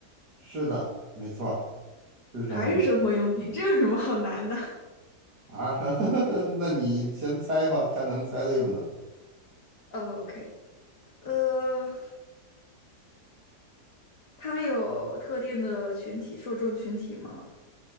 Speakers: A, on the right; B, on the left.
A: 是的，没错儿是生物
B: 还是生活用品？这有什么好难的？
A: 啊。<laughs> 那你先猜吧，看能猜对不能。
B: <laughs> 呃，OK，呃，它有特定的群体受众群体吗？